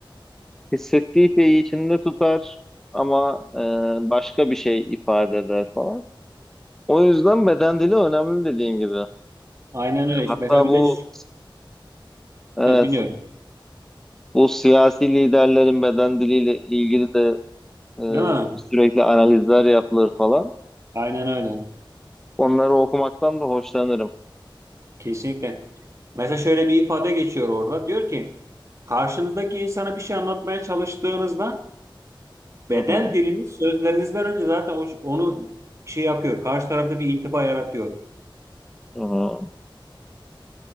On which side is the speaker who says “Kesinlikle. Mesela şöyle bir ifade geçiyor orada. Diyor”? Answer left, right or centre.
Right